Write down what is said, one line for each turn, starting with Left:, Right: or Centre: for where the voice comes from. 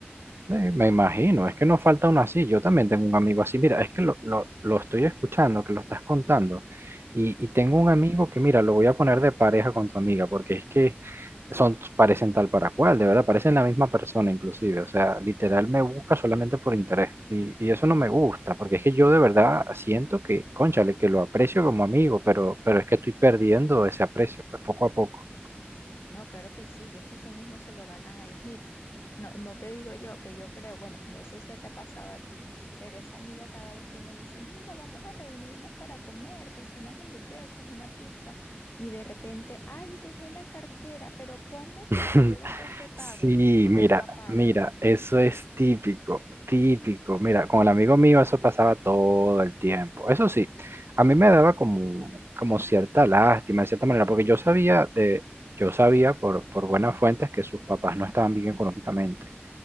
Right: Sí, me imagino, es que no falta uno así, yo también tengo un amigo así, mira, es que lo, lo, lo estoy escuchando, que lo estás contando, y, y tengo un amigo que, mira, lo voy a poner de pareja con tu amiga, porque es que... son, parecen tal para cual, de verdad, parecen la misma persona inclusive, o sea, literal me busca solamente por interés y, y eso no me gusta, porque es que yo de verdad siento que, cónchale, que lo aprecio como amigo, pero, pero es que estoy perdiendo ese aprecio, pues poco a poco.
Left: No, claro que sí, y es que eso mismo se lo ganan a ellos. Mira, no, no te digo yo que yo creo, bueno, no sé si te ha pasado a ti, pero esa amiga cada vez que me dice, mira, vamos a reunirnos para comer, que si unas hamburguesas, una pizza, y de repente, ay, dejé la cartera, pero ponme
Right: <laughs>
Left: tú que yo después te pago,
Right: Sí,
Left: y nunca
Right: mira,
Left: paga.
Right: mira, eso es típico, típico. Mira, con el amigo mío eso pasaba todo el tiempo. Eso sí, a mí me daba como, como cierta lástima, de cierta manera, porque yo sabía de, yo sabía por, por buenas fuentes que sus papás no estaban bien económicamente